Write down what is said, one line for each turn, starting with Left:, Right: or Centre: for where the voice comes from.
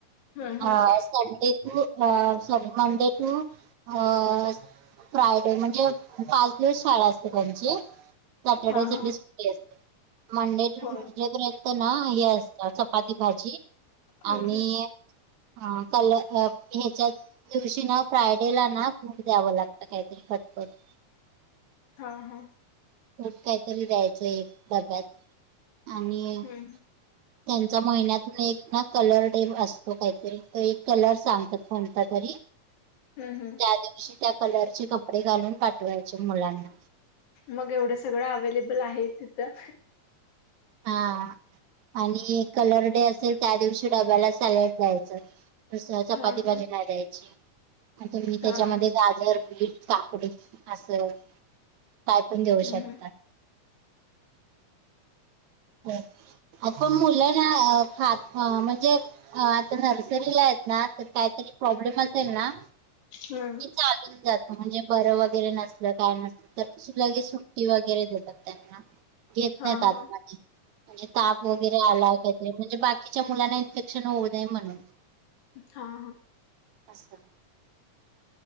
Left: हम्म हम्म
Right: आ Sunday to sorry Monday to uh Friday. म्हणजे पाच दिवस शाळा असते त्यांची. सॅटर्डे
Left: हा
Right: - संडे
Left: हा
Right: सुट्टी असते. मंडे टू
Left: हो
Right: ट्युजडे पर्यंत ना हे असतं. चपाती- भाजी
Left: हम्म
Right: आणि
Left: हम्म
Right: हा कल ह फ हेच्यात दिवशी ना, फ्रायडेला ना, फ्रुट द्यावं लागतं कायतरी खटपट. <inaudible>
Left: हा, हा.
Right: फ्रुट कायतरी द्यायचं, एक डब्यात आणि
Left: हम्म
Right: त्यांचा महिन्यातून एक ना, कलर डे असतो. काहीतरी. तो एक कलर सांग त कोणता तरी.
Left: हंम, हंम
Right: त्या दिवशी, त्या कलरचे कपडे घालून पाठवायचे मुलांना.
Left: मग एवढं सगळं अवे्लेबल आहे तिथं.
Right: हा. आणि कलर डे असेल, त्या दिवशी डब्याला सॅलड द्यायचं. तसं चपाती
Left: हा हा
Right: भाजी नाही द्यायची. तुम्ही त्याच्यामध्ये
Left: हा हा
Right: गाजर, बीट काकडी असं, काय पण देऊ
Left: हम्म
Right: शकता.
Left: हम्म
Right: ह. आप मुलं ना, खात म्हणजे आता नर्सरीलायत ना, तर काहीतरी प्रॉब्लेम असेल ना
Left: हम्म
Right: की चालून जात. म्हणजे बरं वगैरे नसलं. काय नसलं. तर सु लगे सुट्टी वगैरे देतात त्यांना. येत
Left: हा
Right: नाहीत आत
Left: हा
Right: मधी. म्हणजे ताप वगैरे आला, कायतरी म्हणजे बाकीच्या मुलांना, इन्फेक्शन होऊ नये म्हणून.
Left: हा हा
Right: असं